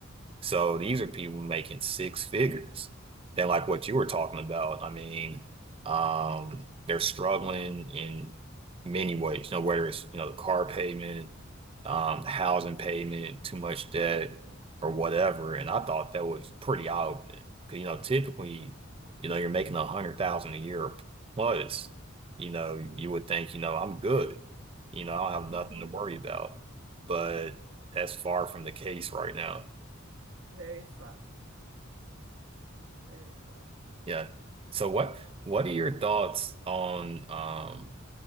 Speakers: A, on the right (about 25°); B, on the right (about 65°).
A: So these are people making six figures. Then, like what you were talking about, I mean, um, they're struggling in many ways, you know, whether it's, you know, the car payment, um, housing payment, too much debt, or whatever. And I thought that was pretty eye-opening. Because, you know, typically, you know, you're making a hundred thousand a year plus, you know, you would think, you know, I'm good. You know, I don't have
B: Mhm.
A: nothing to worry about. But that's far from the case right now.
B: Very far. Very far.
A: Yeah. So what what are your thoughts on um,